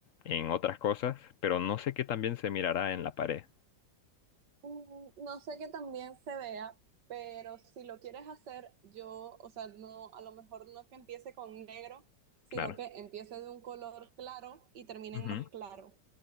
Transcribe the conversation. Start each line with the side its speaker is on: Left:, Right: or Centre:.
Left: en otras cosas, pero no sé qué también se mirará en la pared.
Right: Mm, No sé que también se vea, pero si lo quieres hacer, yo, o sea, no, a lo mejor no que empiece con negro, sino
Left: Claro.
Right: que empiece de un color claro y termine
Left: Ujú.
Right: en más claro.